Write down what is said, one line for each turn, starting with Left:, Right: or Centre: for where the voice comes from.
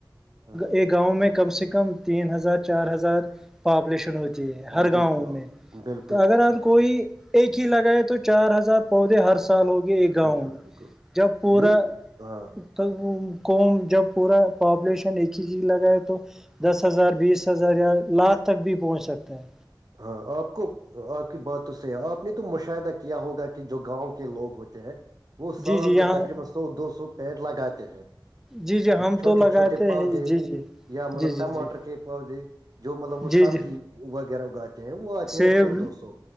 Right: ہاں
Centre: ایک گاؤں میں کم سے کم تین ہزار چار ہزار پاپولیشن ہوتی
Right: ہاں،
Centre: ہر گاؤں
Right: بالکل
Centre: میں
Right: بالکل
Centre: تو اگر ا کوئی ایک ہی لگائےیں تو چار ہزار پودے ہر سال ہوگئے ایک گاؤں
Right: بالکل
Centre: میں
Right: بالکل
Centre: جب پورا
Right: یت ہاں
Centre: تو کووم جب پورا پاپولیشن ایک ہی چیز لگا ہے تو دس ہزار بیس ہزار یا لاکھ تک بھی پہنچ سکتا ہے
Right: ہاں آپ کو آپ کی بات تو صحیح ہے آپ نے تو مشاہدہ کیا ہوگا کہ جو گاؤں کے لوگ ہوتے ہیں وہ سال
Centre: جی جی یہاں
Right: میں تقریبا سو دو سو پیڑ لگاتے ہیں
Centre: جی جی ہم
Right: چھوٹے
Centre: تو لگاتے
Right: چھوٹے پودے
Centre: ہیں جی جی
Right: یا مطلب
Centre: جی جی
Right: ٹماٹر
Centre: جی
Right: کے پودے جو مطلب وہ
Centre: جی
Right: سبزی
Centre: جی
Right: وغیرہ اگاتے ہیں وہ آتے
Centre: سیب
Right: ہیں سو دو سو